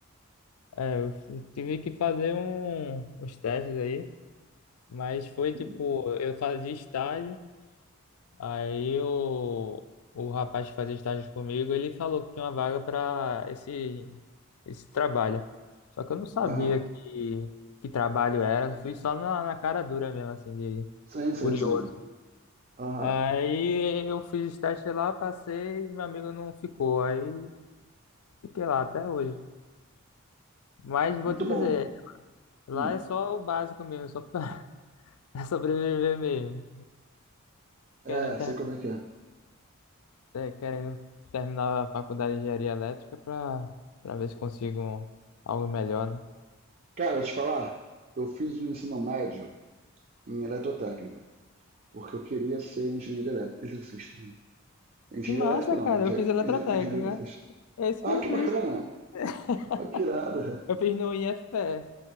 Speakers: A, on the left; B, on the right.
A: É, eu f- tive que fazer um, uns testes aí, mas foi
B: Hum.
A: tipo, eu fazia estágio, aí o, o rapaz que fazia estágio comigo, ele falou que tinha uma vaga para esse, esse trabalho. Só que eu não sabia
B: Aham.
A: que, que trabalho era, fui só na, na cara dura mesmo, assim, de
B: Sim, sim,
A: curioso.
B: sim. Aham.
A: Aí eu fiz estágio lá, passei, e meu amigo não ficou, aí fiquei lá até hoje. Mas vou
B: Muito
A: te dizer,
B: bom.
A: lá
B: Hum.
A: é só o básico mesmo, só pra <laughs> pra sobreviver mesmo.
B: É,
A: Querendo, ter-
B: sei como é que é.
A: eh, querendo terminar a faculdade de engenharia elétrica pra, pra ver se consigo um- algo melhor, né?
B: Cara, eu te falar, eu fiz o ensino médio em eletrotécnica, porque eu queria ser engenheiro elétrico, eletricista, né? Engenheiro
A: Que massa,
B: elétrico não,
A: cara,
B: né? Engen-
A: eu fiz eletrotécnica.
B: Engenheiro eletricista.
A: É isso
B: Ah,
A: que eu
B: que
A: fiz.
B: bacana!
A: <laughs>
B: né? Ah, que irada!
A: Eu fiz no IFPE,